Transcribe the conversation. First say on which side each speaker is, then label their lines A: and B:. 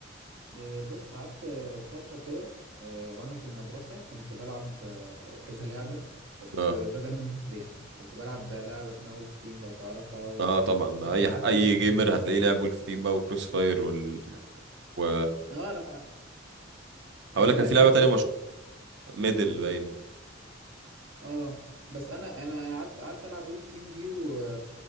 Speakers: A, on the right; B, on the right.
A: آه، بص قعدت آه، فترة كده آه، وانا في المدرسة كنت بلعب آه، كذا لعبة بس
B: اه
A: آه، ده ده من بدري يعني كنت بلعب لعبة اسمها وولف تيم لو تعرفها وكذا
B: اه طبعا اي اي
A: لعبة بس
B: جيمر
A: المشكلة
B: هتلاقيه لعب ولف تيم بقى وكروس فاير وال و
A: اه انا ما انا
B: هقول لك
A: ما
B: كان
A: لعبتش
B: في لعبه تانية
A: كروس
B: مشهوره ميدل باين
A: اه بس انا انا أنا قعدت قعدت العب ولف تيم دي و